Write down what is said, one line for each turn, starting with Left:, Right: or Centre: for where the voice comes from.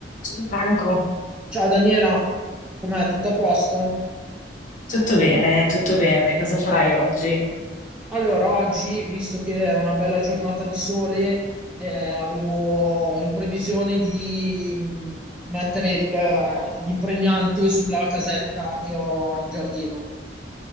Left: Ciao Franco,
Centre: Ciao Daniela, com'è? Tutto a posto?
Left: tutto bene, tutto bene. Cosa farai oggi?
Centre: Allora, oggi, visto che è una bella giornata di sole, eh, avevo in previsione di mh, mettere il- eh, l'impregnante sulla casetta che ho in giardino.